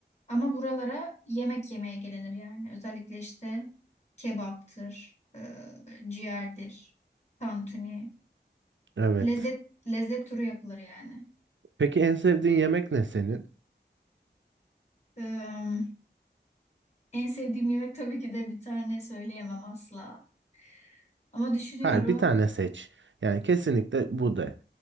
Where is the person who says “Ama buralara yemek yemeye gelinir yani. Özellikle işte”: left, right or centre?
Left